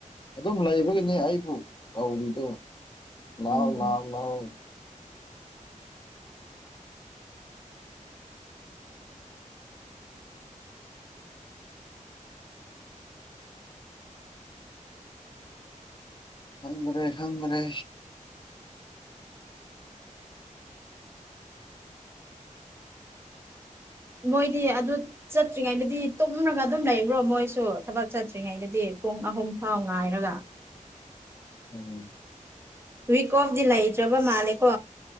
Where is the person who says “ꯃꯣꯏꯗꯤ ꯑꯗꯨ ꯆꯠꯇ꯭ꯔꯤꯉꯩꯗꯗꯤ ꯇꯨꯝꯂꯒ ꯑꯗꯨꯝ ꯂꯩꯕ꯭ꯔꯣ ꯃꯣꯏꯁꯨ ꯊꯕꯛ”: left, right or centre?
Right